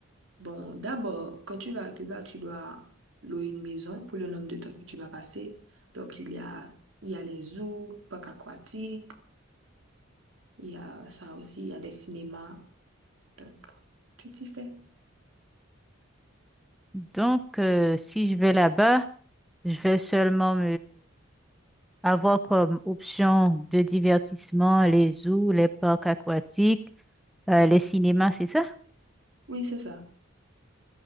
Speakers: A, on the right; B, in the centre.
A: Bon, d'abord, quand tu vas à Cuba, tu dois louer une maison pour le nombre de temps que tu vas passer. Donc, il y a, il y a les zoos, parcs aquatiques, il y a ça aussi, il y a les cinémas. Donc, tu t'y fais.
B: Donc, euh, si je vais là-bas, je vais seulement avoir comme option de divertissement les zoos, les parcs aquatiques, euh, les cinémas, c'est ça?
A: Oui, c'est ça.